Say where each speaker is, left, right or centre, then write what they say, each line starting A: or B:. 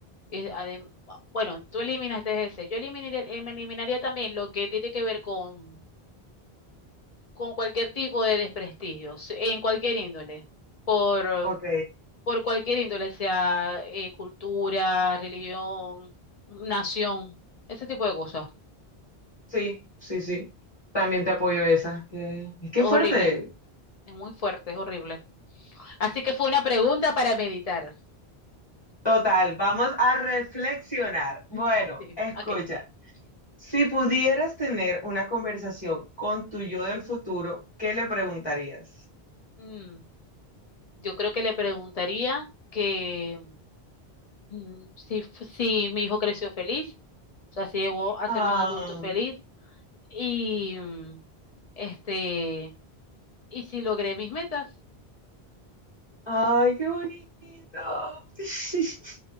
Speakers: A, on the left; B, on the left.
A: eh, adem- bueno, tú eliminaste ese. Yo eliminaría, eliminaría también lo que tiene que ver con con cualquier tipo de desprestigio, se- en cualquier índole, por,
B: Ok,
A: por cualquier índole, sea eh, cultura, religión, nación, ese tipo de cosas.
B: sí, sí, sí. También te apoyo esa. Que, es que
A: Horrible,
B: fuerte.
A: es muy fuerte, es horrible. Así que fue una pregunta para meditar.
B: Total, vamos a reflexionar. Bueno,
A: <laughs> Sí,
B: escucha.
A: ok.
B: Si pudieras tener una conversación con tu yo del futuro, ¿qué le preguntarías?
A: Mm, yo creo que le preguntaría que mm, si, fu- si mi hijo creció feliz, o sea, si llegó a
B: Ah,
A: ser un adulto feliz y mm, este ¿Y si logré mis metas?
B: ay, qué bonito. <laughs>